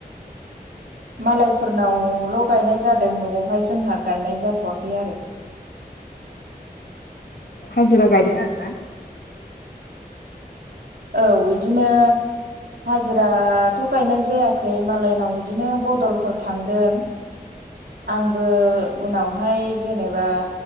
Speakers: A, on the right; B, on the left.
A: मालायफोरनावल' गायनाय जादों न'आवहाय जोंहा गायनाय जाथ'वाखै आरो
B: हाजिरा गायदों आरो ना
A: औ इदिनो हाजिराथ' गायनाय जायाखै मालायनाव बिदिनो बदलफोर थांदों आंबो उनावहाय जेनेबा